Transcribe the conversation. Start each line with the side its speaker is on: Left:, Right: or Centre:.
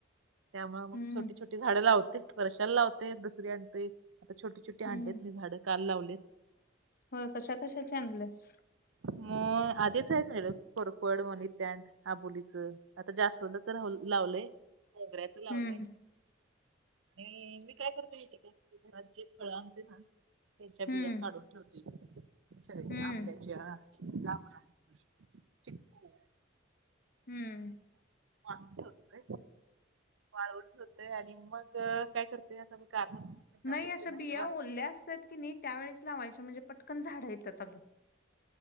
Right: त्यामुळे मग
Left: हम्म.
Right: छोटी छोटी झाडं ला लावते. वर्षाला लावते दुसरी आणतोय. आता छोटी छोटी
Left: हम्म
Right: आणतेेत ही झाडं काल लावलेत.
Left: होय, कशा कशाची आणलीस?
Right: म आधीच आहेत म्हणलं कोरपड, मनी प्लांट, आबोली. आता जास्वंद तर लावलंय, मोगऱ्याच लावलंय.
Left: हम्म.
Right: आणि मी काय करते? घरात जे फळं आणते ना त्याच्या
Left: हम्म
Right: बिया काढून ठेवते म. असं
Left: हम्म
Right: आंब्याच्या, जांभळाच्या, चिकू
Left: हं.
Right: वाळून ठेवतोय. वाळून ठेवतोय आणि मग, काय करतोय असं मी कारमध्ये जात
Left: नाही
Right: असते
Left: अशा
Right: ना
Left: बिया
Right: तेव्हा
Left: ओल्या असतात कि नाही, त्यावेेळेस लावायच्या म्हणजे पट कण झाडं येतात अग.